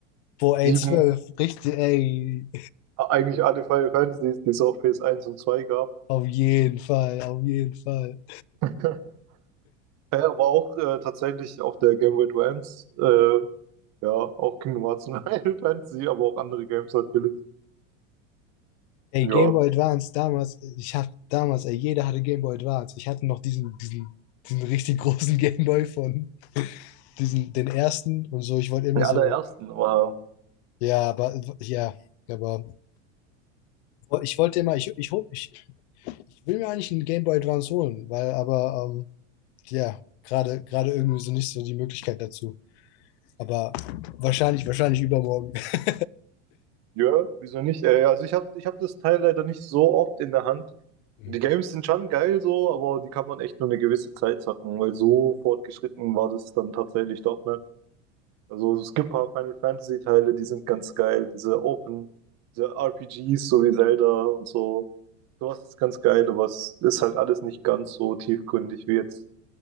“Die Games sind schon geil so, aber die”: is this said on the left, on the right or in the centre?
Right